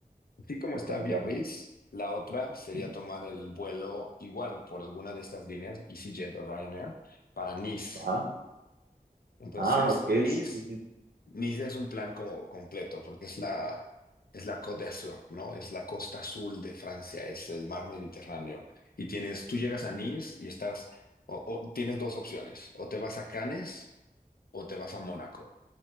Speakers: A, on the left; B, on the right.
A: Así como
B: recomendarme?
A: está Biarritz, la otra sería
B: Ujú.
A: tomar el vuelo igual por alguna de estas líneas, EasyJet o Ryanair, para Nice.
B: Ajá.
A: Entonces,
B: Ah, ok,
A: Nice
B: sí, sí, sí.
A: Niza es un plan como completo, porque es la, es la Côte d'Azur, ¿no? Es la costa azul de Francia, es el mar Mediterráneo. Y tienes, tú llegas
B: Ujú,
A: a Nice y estás, o, o tienes dos opciones, o te vas a Cannes o te vas a Mónaco.